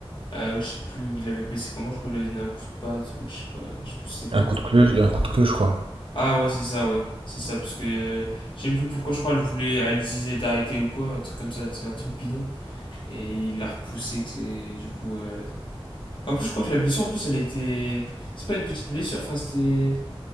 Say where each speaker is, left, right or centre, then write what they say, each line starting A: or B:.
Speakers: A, on the left; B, on the right.
A: Euh, je sais plus, il l'avait blessé comment, je crois qu'il avait donné un coup de patte ou je sais pas, je sais plus c'est quoi.
B: Un coup de queue, un coup de queue, je crois.
A: Ah ouais, c'est ça, ouais, c'est ça, parce que euh, je sais même plus pourquoi je crois elle voulait, elle disait d'arrêter ou quoi, un truc comme ça, c'est un truc bidon. Et il l'a repoussé, que c'est du coup. euh, En plus, je crois que la blessure, en plus, elle était. C'est pas une petite blessure, enfin c'était.